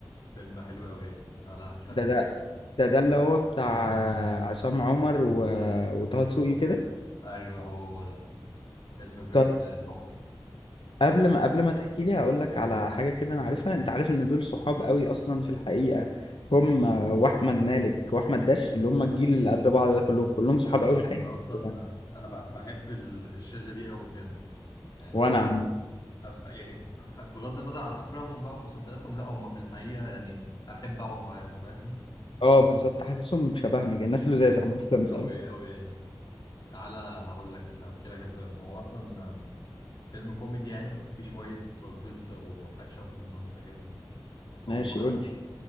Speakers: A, on the left (about 45°); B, on the left (about 85°).
A: فيلم حلو أوي يعني تعالى أحكي لك
B: ده
A: قصة
B: ده ده ده اللي هو بتاع عصام عمر و... وطه دسوقي كده
A: أيوه هو ده فيلم بجد
B: طيب
A: تحفة
B: قبل ما قبل ما تحكي لي هقول لك على حاجه كده انا عارفها انت عارف ان دول صحاب قوي اصلا في الحقيقه هم واحمد مالك واحمد داش اللي هم الجيل اللي قد بعض ده كلهم كلهم صحاب
A: يا راجل
B: قوي في الحقيقه
A: أنا أصلا
B: يعني
A: أنا بح- بحب ال- الشلة دي أوي بجد يعني
B: وانا
A: هم
B: عم
A: أ- يعني بغض النظر عن أفلامهم بقى ومسلسلاتهم لأ هم في الحقيقة يعني أحب أقعد معاهم فاهم
B: اه بالظبط حاسسهم شبهنا كده الناس لذاذ عامه فاهم
A: <laughs> أوي أوي يعني تعالى هقول لك هحكي لك الفيلم هو أصلا فيلم كوميدي يعني بس فيه شوية ساسبنس وأكشن في النص كده هو
B: ماشي قول لي